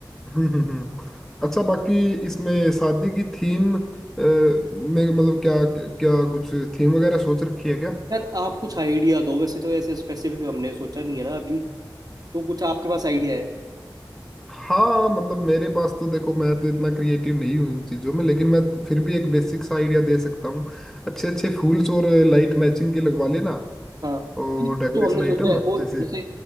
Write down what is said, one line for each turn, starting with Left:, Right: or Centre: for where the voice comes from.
Centre: हम्म हम्म हम्म। अच्छा बाकी इसमें शादी की थीम में मतलब क्या क्या कुछ थीम वगैरह सोच रखी है क्या
Right: यार आप कुछ आइडिया दो वैसे तो ऐसे स्पेसिफिक हमने सोचा नहीं है ना अभी तो कुछ आपके पास आइडिया है
Centre: हाँ मतलब मेरे पास तो देखो मैं तो इतना क्रिएटिव नहीं हूँ इन चीज़ों में लेकिन मैं फिर भी एक बेसिक सा आइडिया दे सकता हूँ अच्छे अच्छे फूल्स और लाइट मैचिंग के लगवा लेना
Right: हाँ
Centre: और डेकोरेशन
Right: तो हमने सोचा
Centre: आइटम
Right: है वो
Centre: जैसे
Right: जैसे